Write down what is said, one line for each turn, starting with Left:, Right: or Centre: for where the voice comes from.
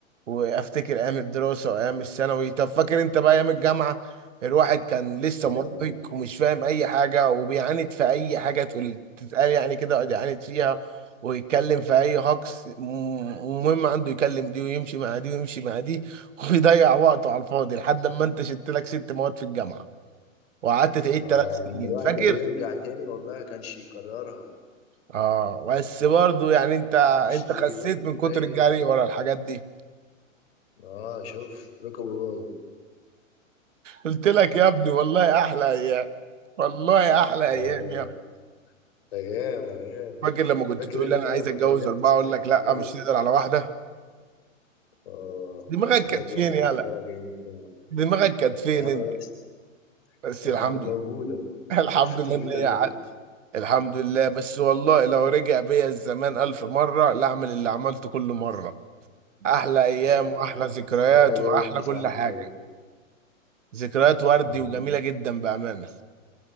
Right: وافتكر ايام الدراسه وايام الثانوي طب فاكر انت بقى ايام الجامعه الواحد كان لسه
Left: اه
Right: مراهق ومش فاهم اي حاجه وبيعاند في اي حاجه تقول تتقال يعني كده يقعد يعاند فيها ويتكلم في اي هجص م- ومهم عنده يكلم دي ويمشي مع دي ويمشي مع دي <laughs> ويضيع وقته على الفاضي لحد ما انت شلت لك ست مواد في الجامعه وقعدت تعيد
Left: اه
Right: ثلاث
Left: يا
Right: سنين
Left: عم الواحد
Right: فاكر
Left: لو يرجع تاني والله كانش يكررها
Right: اه بس برضه يعني انت
Left: يمشي
Right: انت خسيت
Left: بص
Right: من
Left: زي
Right: كتر
Left: العرب
Right: الجري ورا الحاجات دي
Left: اه شوف ركبه باظ
Right: قلت لك يا ابني والله احلى ايام والله احلى
Left: اه
Right: ايام يا ابني
Left: ايام ايام
Right: فاكر لما كنت
Left: فاكر
Right: تقول
Left: انت
Right: لي انا عايز
Left: لما
Right: اتجوز
Left: كلمت
Right: اربعه
Left: سماح
Right: اقول لك
Left: حفيظ
Right: لا مش تقدر على واحده
Left: اه
Right: دماغك
Left: انت
Right: كانت
Left: شكلك
Right: فين
Left: خلي
Right: يالا
Left: بالك انت
Right: دماغك كانت فين
Left: يا عم
Right: انت
Left: بس
Right: بس
Left: يا
Right: الحمد
Left: عم موجوده
Right: لله <laughs> الحمد
Left: كانت في
Right: لله
Left: طيبه
Right: ان هي
Left: قلبي
Right: عدت الحمد لله بس والله لو رجع بيا الزمان الف مره لا اعمل اللي عملته كل مره احلى ايام
Left: يا
Right: واحلى ذكريات
Left: انا دي
Right: واحلى
Left: انت
Right: كل
Left: صاحبي
Right: حاجه ذكريات وردي
Left: برضه
Right: وجميله جدا بامانه